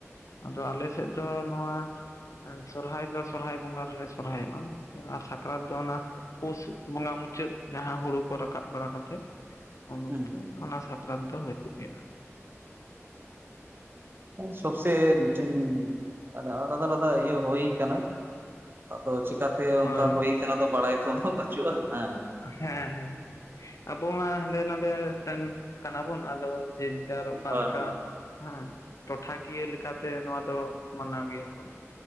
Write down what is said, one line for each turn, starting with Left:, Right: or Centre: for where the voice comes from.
Left: ᱟᱫᱚ ᱟᱞᱮ ᱥᱮᱫ ᱫᱚ ᱱᱚᱣᱟ ᱥᱚᱨᱦᱟᱭ ᱫᱚ ᱥᱚᱨᱦᱟᱭ ᱵᱚᱸᱜᱟ ᱨᱮᱞᱮ ᱥᱚᱨᱦᱟᱭᱚᱜᱼᱟ, ᱟᱨ ᱥᱟᱠ ᱥᱟᱠᱨᱟᱛ ᱫᱚ ᱚᱱᱟ ᱯᱳᱥ ᱵᱚᱺᱜᱟ ᱢᱩᱪᱟᱹᱫ ᱡᱟᱦᱟᱸ ᱦᱩᱲᱩ ᱠᱚ ᱨᱟᱠᱟᱵ ᱵᱟᱲᱟ ᱠᱟᱛᱮᱼᱼᱼ ᱩᱱ
Right: ᱦᱩᱸ
Left: ᱚᱠᱛᱚ ᱚᱱᱟ ᱥᱟᱠᱨᱟᱛ ᱫᱚ ᱦᱩᱭᱩᱜ ᱜᱮᱭᱟ ᱾
Right: ᱚ ᱥᱚᱵ ᱥᱮ ᱢᱤᱫᱴᱮᱱᱼᱼᱼ ᱟᱫᱚ ᱟᱞᱟᱫᱟ-ᱟᱞᱟᱫᱟ ᱤᱭᱟᱹ ᱦᱩᱭ ᱠᱟᱱᱟ᱾ ᱟᱫᱚ ᱪᱤᱠᱟᱹᱛᱮ ᱚᱱᱠᱟ
Left: ᱦᱳᱭ
Right: ᱦᱩᱭ ᱠᱟᱱᱟ ᱫᱚ ᱵᱟᱲᱟᱭ ᱛᱚ ᱩᱱᱟᱹᱜ ᱵᱟᱹᱪᱩᱜᱼᱟ᱾ ᱦᱮᱸᱻ
Left: ᱦᱮᱸᱻ ᱦᱮᱸ, ᱟᱵᱚ ᱢᱟ ᱦᱟᱸᱰᱮ ᱱᱚᱰᱮᱱ ᱠᱟᱱᱟᱵᱚᱱ ᱟᱫᱚ ᱡᱮᱼᱼᱼ ᱟᱨ ᱚᱠᱟ
Right: ᱦᱳᱭ
Left: ᱞᱮᱠᱟ ᱦᱟᱸᱜ ᱴᱚᱴᱷᱟ ᱠᱤᱭᱟᱹ ᱞᱮᱠᱟᱛᱮ ᱱᱚᱣᱟ ᱫᱚ ᱢᱟᱱᱟᱣ ᱜᱮᱭᱟ ᱠᱚᱼᱼᱼ